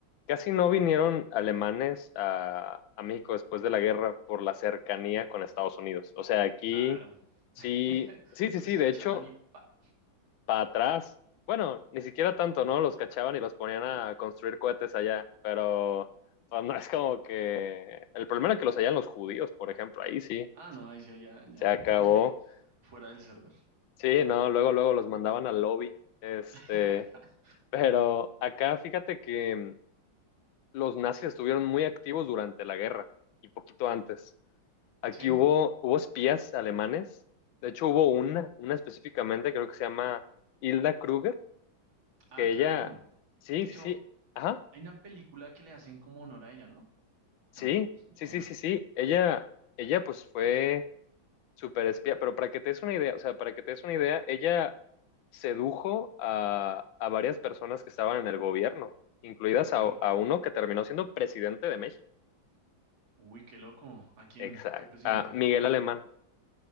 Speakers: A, on the left (about 80°); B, on the right (about 80°).
A: casi no vinieron alemanes a, a México después de la guerra por la cercanía con Estados Unidos. O sea, aquí
B: Claro.
A: sí,
B: <laughs>
A: sí, sí,
B: Los
A: sí,
B: cachaban
A: de hecho,
B: y pa.
A: para atrás, bueno, ni siquiera tanto, ¿no? Los cachaban y los ponían a construir cohetes allá, pero pues, no es como que el problema era que los hallan los judíos, por ejemplo, ahí sí,
B: Ah, no, ahí sí, ya, ya.
A: se acabó.
B: <laughs> Fuera del server.
A: Sí, no, luego, luego los mandaban al lobby. Este,
B: <laughs>
A: pero acá fíjate que mm, los nazis estuvieron muy activos durante la guerra y poquito antes. Aquí
B: Sí.
A: hubo, hubo espías alemanes. De hecho, hubo una, una específicamente, creo que se llama Hilda Kruger,
B: Ah,
A: que
B: claro.
A: ella, sí,
B: De
A: sí,
B: hecho,
A: sí, ajá,
B: hay una película que le hacen como honor a ella, ¿no?
A: sí,
B: ¿O no?
A: sí,
B: Estoy
A: sí,
B: mal.
A: sí, sí. Ella, ella pues fue Super espía, pero para que te des una idea, o sea, para que te des una idea, ella sedujo a, a varias personas que estaban en el gobierno, incluidas
B: Ok.
A: a, a uno que terminó siendo presidente de México.
B: Uy, qué loco. ¿A quién?
A: Exacto.
B: ¿Qué presidente?
A: A Miguel Alemán,